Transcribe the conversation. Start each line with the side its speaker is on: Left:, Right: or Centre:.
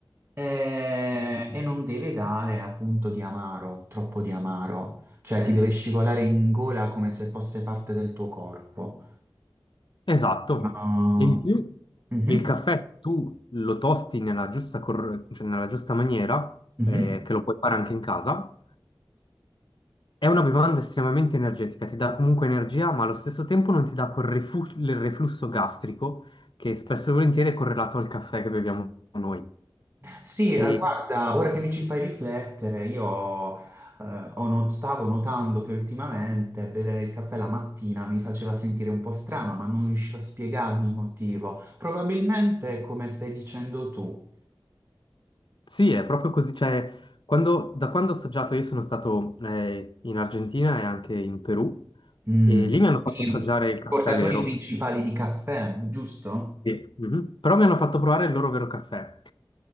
Right: eh, e non deve dare appunto di amaro, troppo di amaro, cioè ti deve scivolare in gola come se fosse parte del tuo corpo.
Left: Esatto.
Right: Ah,
Left: E in più
Right: mhm.
Left: il caffè, se tu lo tosti nella giusta, cor- cioè nella giusta maniera,
Right: Mhm.
Left: eh, che lo puoi fare anche in casa, è una bevanda estremamente energetica, ti dà comunque energia, ma allo stesso tempo non ti dà quel rifu- il reflusso gastrico che spesso e volentieri è correlato al caffè che beviamo noi.
Right: Sì,
Left: E
Right: eh, guarda, ora che mi ci fai riflettere, io eh, ho not- stavo notando che ultimamente bere il caffè la mattina mi faceva sentire un po' strano, ma non riuscivo a spiegarmi il motivo. Probabilmente è come stai dicendo tu,
Left: Sì, è proprio così, cioè, quando- da quando ho assaggiato, io sono stato eh, in Argentina e anche in Perù,
Right: Mm,
Left: e lì mi hanno
Right: quindi
Left: fatto assaggiare il caffè
Right: portatori
Left: vero,
Right: principali di caffè, giusto?
Left: sì, mhm. Però mi hanno fatto provare il loro vero caffè,